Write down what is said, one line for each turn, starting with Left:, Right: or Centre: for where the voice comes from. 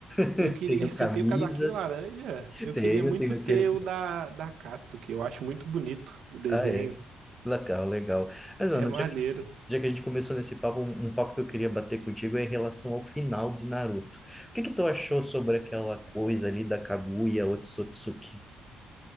Centre: <laughs>
Right: Eu queria.
Centre: tenho
Right: Você
Centre: camisas,
Right: tem o casaquinho laranja? Eu
Centre: tenho,
Right: queria muito
Centre: tenho
Right: ter
Centre: aquele.
Right: o da, da Katsuki. Eu acho muito bonito o desenho.
Centre: Ah, é. Legal, legal. Mas, mano,
Right: É maneiro.
Centre: já Já que a gente começou nesse papo, um, um papo que eu queria bater contigo é em relação ao final de Naruto. O que que tu achou sobre aquela coisa ali da Kaguya Otsutsuki?